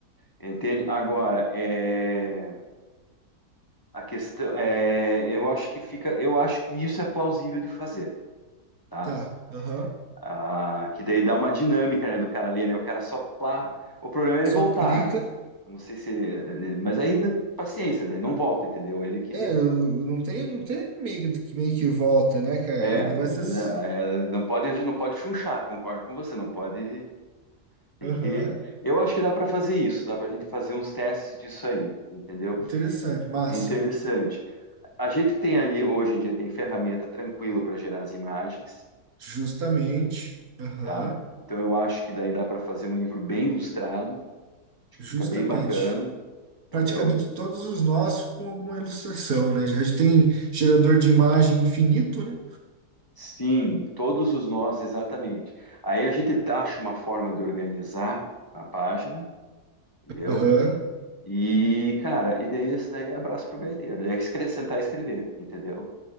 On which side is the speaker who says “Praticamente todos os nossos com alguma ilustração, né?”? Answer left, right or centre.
Right